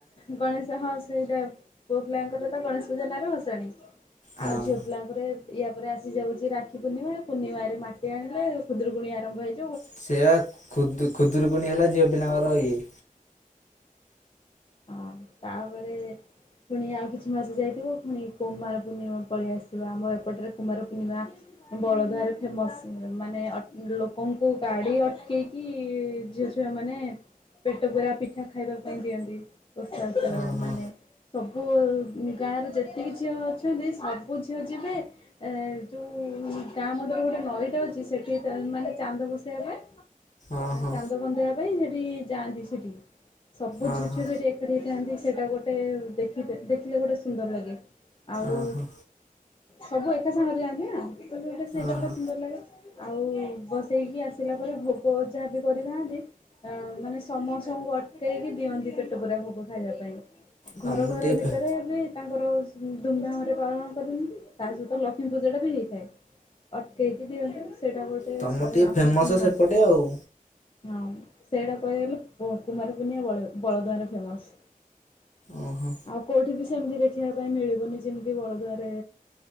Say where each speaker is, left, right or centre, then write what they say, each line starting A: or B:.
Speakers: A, on the left; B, on the left.
A: ଗଣେଶ ହଁ ସେଇଟା ପୁଅ ପିଲାଙ୍କର ତ ଗଣେଶ ପୂଜା ନାଁରେ ଭସାଣି। ଆଉ
B: ହଁ
A: ଝିଅ ପିଲାଙ୍କ ତା ପରେ ୟା ପରେ ଆସିଯାଉଛି ରାକ୍ଷୀ ପୂର୍ଣ୍ଣିମା ପୂର୍ଣିମାରେ ମାଟି ଆଣିଲେ କଷୁଦ୍ରକୁଣଣି ଆରମ୍ଭ ହେଇଛି
B: ସେଆ ଖୁଦରୁକୁଣୀ ହେଲା ଝିଅ ପିଲାଙ୍କର ଇଏ।
A: ହଁ ତାପରେ ପୁଣି ଆଉ କିଛି ମାସ ଯାଇଥିବ ପୁଣି କୁମାର ପୂର୍ଣ୍ଣିମା ପଳେଇ ଆସିବ ଆମ ଏପଟରେ କୁମାର ପୂର୍ଣ୍ଣିମା ବଳଦଆରେ ଫେମସ୍ ମାନେ ଲୋକଙ୍କୁ ଗାଡ଼ି ଅଟକିି କି ଝିଅଝିଆମାନେ ପେଟ ପରା ପିଠା ଖାଇବା ପାଇଁ ଦିଅନ୍ତି। ପଷା
B: ଓହୋ
A: ମାନେ ସବୁ ଗାଁରେ ଯେତିକି ଝିଅ ଅଛନ୍ତି ସବୁ ଝିଅ ଯିବେ ଏ ଯେଉଁ ଗାଁ ମୁଣ୍ଡରେ ଗୋଟେ ନଈଟା ଅଛି ସେଠି ମାନେ ଚାନ୍ଦ ବୋସେଇବା ପାଇଁ
B: ଓହୋ
A: ଚାନ୍ଦ ବନ୍ଧେଇବା ପାଇଁ ସେଠି ଯାଆନ୍ତି ସେଠି ସବୁ
B: ଓହୋ
A: ଝୁ ଛୁଆ ସେଠି ଥାନ୍ତି ସେଇଟା ଗୋଟେ ଦେ ଦେଖିଲେ ଗୋଟେ ସୁନ୍ଦର ଲାଗେ। ଆଉ
B: ଓହୋ
A: ସବୁ ଏକା ସାଙ୍ଗରେ ଯାଆନ୍ତି ନା ତ ଗୋଟେ ସେଇଟା
B: ଓହୋ
A: ଗୋଟେ ସୁନ୍ଦର ଲାଗେ। ଆଉ ବସେଇକି ଆସିଲା ପରେ ଭୋଗ ଯାହା ବି କରିଥାନ୍ତି। ଅ ମାନେ ସମସ୍ତଙ୍କୁ ଅଟେଇକି ଦିଅନ୍ତି ପେଟ ପୂରା ଭୋକ। ସବୁ ଖାଇବା ପାଇଁ।
B: ତମର
A: ଘର ଘର
B: ଟିକେ
A: ଭିତରେ
B: ଫେ
A: ଏ ବି ତାଙ୍କର ଧୁମଧାମ ରେ ପାଳନ କରନ୍ତି ତା ସହିତ ଲକ୍ଷ୍ମୀ ପୂଜା ଟା ବି ହେଇଥାଏ। ଅଟକେଇକି ଦିଅନ୍ତି ସେଇଟା ଗୋଟେ
B: ତମର ଟିକେ
A: ଆମର ଫେମସ୍।
B: ସେପଟେ ଆଉ
A: ହଁ ସେଇଟା କଗଲେ କୁମାରକୁୁନଆ ବଳଦୂଆଁରେ ଫେମସ୍।
B: ଓହୋ
A: ଆଉ କେଉଁଠି ବି ସେମିତି ଦେଖିବା ପାଇଁ ମିଳିବନି ଯେମିତି ବଳଦୁଆରେ